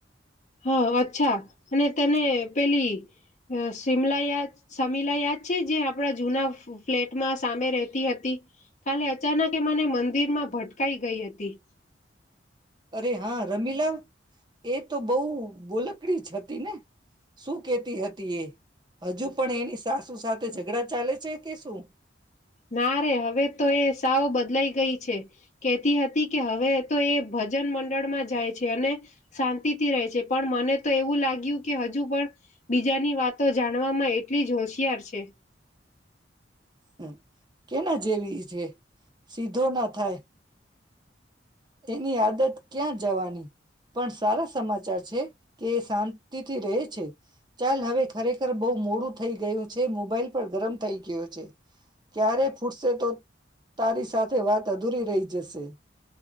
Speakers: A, on the left; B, on the right.
A: હા અચ્છા અને તને પેલી શિમલા યાદ શમીલા યાદ છે જે આપણા જૂના ફ્લેટમાં સામે રહેતી હતી કાલે અચાનક એ મને મંદિરમાં ભટકાઈ ગઈ હતી.
B: અરે હા રમીલા. એ તો બહ બોલકડી જ હતી ને શું કેતી હતી એ હજુ પણ એની સાસુ સાથે ઝઘડા ચાલે છે કે શું?
A: ના રે હવે તો એ સાઓ બદલાઈ ગઈ છે કહેતી હતી કે હવે તો એ ભજન મંડળમાં જાય છે અને શાંતિથી રહે છે પણ મને તો એવું લાગ્યું કે હજુ પણ બીજાની વાતો જાણવામાં એટલી જ હોશિયાર છે.
B: હમ્મ. કેના જેવી છે સીધો ના થાય. એની આદત ક્યાં જવાની પણ સારા સમાચાર છે કે એ શાંતિથી રહે છે ચાલ હવે ખરેખર બહુ મોડું થઈ ગયું છે મોબાઈલ પણ ગરમ થઈ ગ્યો છે. ક્યારે ફૂટશે તો તારી સાથે વાત અધૂરી રહી જશે.